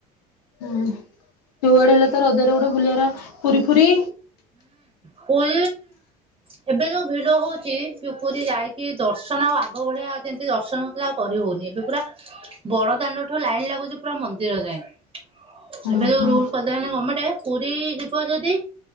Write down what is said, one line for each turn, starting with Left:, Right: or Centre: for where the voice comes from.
Left: ହୁଁ ଯୋଉଆଡେ ହେଲେ ତ ରଜରେ ଗୋଟେ ବୁଲିବାର ପୁରୀ ଫୁରି
Right: ହୁଁ ପଲ ଏବେ ଯୋଉ ଭିଡ ହଉଛି କି ପୁରୀ ଯାଇକି ଦର୍ଶନ ଆଉ ଆଗ ଭଳିଆ ଯେମିତି ଦର୍ଶନ ଆଉ କରି ହଉନି ଏବେ ପୁରା ବଡ ଦାଣ୍ଡ ଠୁ ଲାଇନ ଲାଗୁଛି ପୁରା ମନ୍ଦିର ଯାଏ
Left: ହୁଁ
Right: ଏବେ ଯୋଉ
Left: ହୁଁ
Right: ରୁଲ କଦଣି ଗଣମେଣ୍ଟ ପୁରୀ ଯିବ ଯଦି